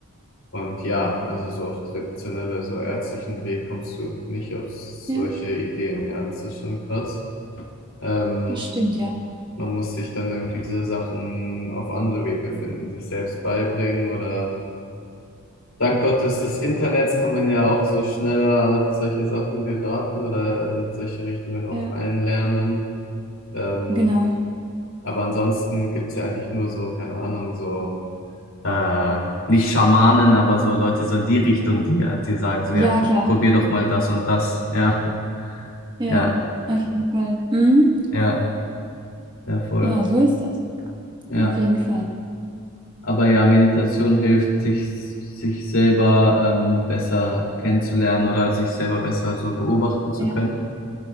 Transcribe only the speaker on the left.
und ja, also so auf traditionelle, so ärztlichen Weg kommst du nicht auf solche
Ideen. Ja, das ist schon krass. Ähm,
man muss sich dann irgendwie diese Sachen auf andere Wege finden, sich selbst beibringen oder dank Gottes des Internets kann man ja auch so schneller auf solche Sachen geraten oder in solche Richtungen auch
einlernen. Ähm,
aber ansonsten gibt's ja eigentlich nur so, keine Ahnung, so, Äh, nicht Schamanen, aber so Leute so in die Richtung, die, die sagen so,
ja, pro,
probier doch mal das und das. Ja,
ja,
ja, ja, voll.
Ja.
Aber ja, Meditation hilft, sich, sich selber ähm, besser kennenzulernen oder sich selber besser so beobachten zu
können.